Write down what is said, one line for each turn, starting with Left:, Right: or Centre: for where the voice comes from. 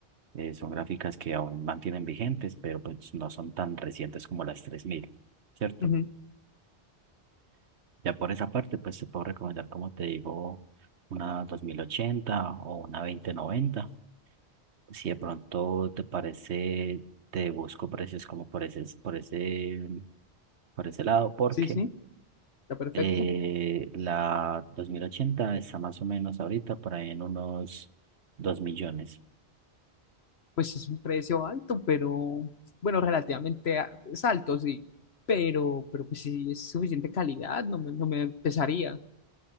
Right: eh, son gráficas que aún mantienen vigentes, pero pues no son tan recientes como las 3000, ¿cierto?
Left: ujú.
Right: Ya por esa parte pues te puedo recomendar, como te digo, una 2080 o una dos mil noventa, Si de pronto te parece, te busco precios como por ese, por ese por ese lado porque
Left: Sí, sí, está perfecto.
Right: Eh, la 2080 está más o menos ahorita por ahí en unos 2 millones.
Left: Pues es un precio alto, pero bueno, relativamente a- es alto, sí. Pero, pero pues sí, es suficiente calidad, no me, no me pesaría.